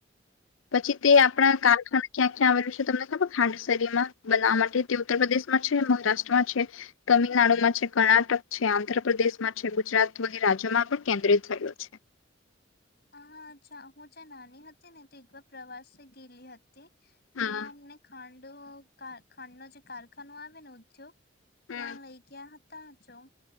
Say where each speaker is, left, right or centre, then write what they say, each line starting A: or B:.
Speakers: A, on the left (about 80°); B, on the left (about 50°).
A: પછી તે આપણા
B: હા
A: કારખાના ક્યાં ક્યાં આવેલું છે તમને ખાડસરીમાં બનાવવા માટે તે ઉત્તર પ્રદેશમાં છે મહારાષ્ટ્રમાં છે તમિલનાડુમાં છે કર્ણાટક છે આંધ્રપ્રદેશમાં છે ગુજરાત વગી રાજ્યોમાં પણ કેન્દ્રિત થયલુ છે
B: હા અચ્છા જ્યારે નાની હતી ને તે એકવાર પ્રવાસે ગેલી હતી તે
A: હા
B: તેમાં અમને ખાંડ ખાંડ ન જે કારખાનો આવે ને ઉદ્યોગ ત્યાં
A: હમ
B: લઈ ગયા તા જો